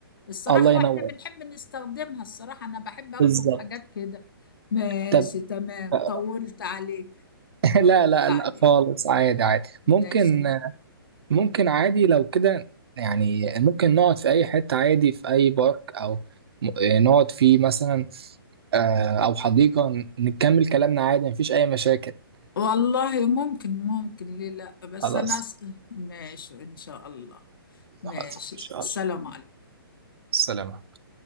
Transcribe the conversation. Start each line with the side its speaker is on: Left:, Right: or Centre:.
Left: الصراحة
Right: الله ينور
Left: واحنا بنحب نستخدمها الصراحة انا بحب اطلب
Right: بالظبط
Left: حاجات كده ماشي
Right: طب
Left: تمام
Right: <laughs>
Left: طولت عليك
Right: لا
Left: طولت
Right: لا
Left: عليك
Right: لا خالص عادي عادي
Left: ماشي
Right: ممكن
Left: انا
Right: ممكن عادي لو كده يعني ممكن نقعد في أي حتة عادي في أي بارك أو م- آه، نقعد فيه مثلا آه، أو حديقة ن- نكمل كلامنا عادي مفيش أي مشاكل
Left: والله ممكن ممكن ليه لا بس
Right: خلاص
Left: انا أص- ماشي ان شاء الله ماشي
Right: خلاص ان
Left: السلام
Right: شاء الله
Left: عليكم
Right: السلام عليكم.